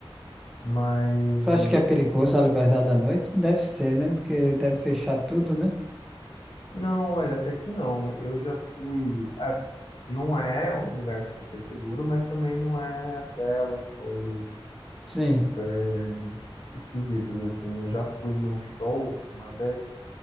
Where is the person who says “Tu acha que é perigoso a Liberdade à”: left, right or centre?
Centre